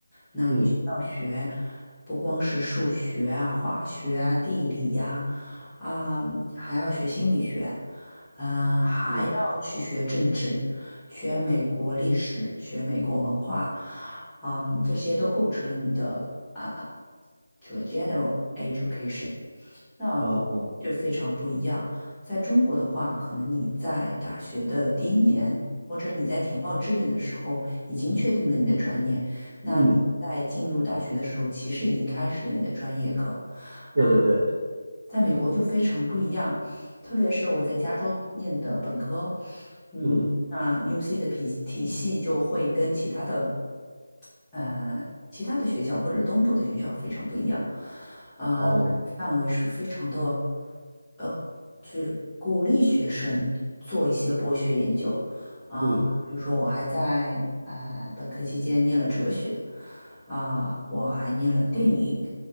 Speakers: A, in the centre; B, on the right (about 40°).
A: 那你需要学
B: 嗯，
A: 不光是数学啊、化学啊、地理呀、啊，还要学心理学，嗯、还要去学政治，
B: 嗯
A: 学美国历史，学美国文化，嗯，这些都构成了你的啊、这个 general education。那就非常不一样。
B: 哦
A: 在中国的话，可能你在大学的第一年，或者你在填报志愿的时候，已经确定了你的专业。
B: 嗯嗯嗯嗯嗯哦嗯嗯嗯哦嗯
A: 那你在进入大学的时候，其实已经开始了你的专业课。啊，
B: 对对对，
A: 在美国就非常不一样，特别是我在加州念的本科，嗯，
B: 嗯，
A: 那 UC 的体体系就会跟其他的，呃，其他的学校或者东部的学校非常不一样。嗯。
B: 哦
A: 范围是非常的，呃，去鼓励学生做一些博学研究啊。
B: 嗯，
A: 比如说，我还在呃本科期间念了哲学，啊、我还念了电影，